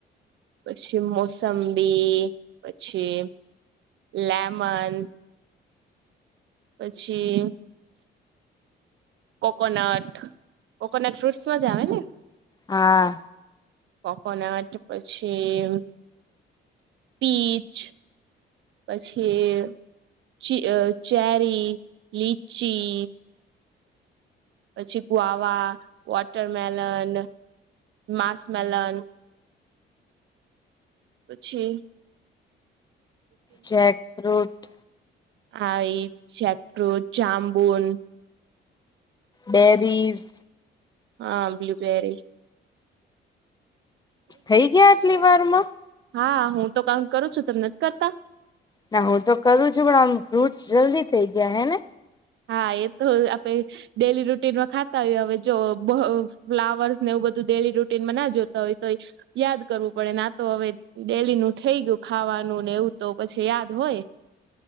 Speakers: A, on the right; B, on the left.
A: પછી મોસંબી પછી લેમન. પછી કોકોનટ કોકોનટ ફ્રૂટ્સમાં જ આવે ને?
B: હા.
A: કોકોનટ પછી પીચ. પછી ચીઅ ચેરી લીચી. પછી ગ્વાવા વોટરમેલન. Musk melon. પછી
B: જેકફ્રુટ.
A: હાઇ જેકફ્રુટ જામ્બુંન.
B: બેરીસ.
A: હા બ્લુબેરી
B: થઈ ગયા આટલી વાર માં?
A: હા, હું તો કાઉન્ટ કરું છું. તમ નથ કરતા?
B: ના હું તો કરું છું. પણ આમ ફ્રૂટસ જલ્દી થઇ ગયા હેને?
A: હા એ તો આપે ડેલી રૂટીનમાં ખાતા હોયએ હવે જો ઓ અ ફ્લાવર્સ ને એવુ બધું ડેલી રૂટીન બ ના જોતા હોય તો. યાદ કરવું પડે ના તો હવે ડેલી નું થઈ ગયું ખાવા જવાનું ને એવું તો પછી યાદ હોય.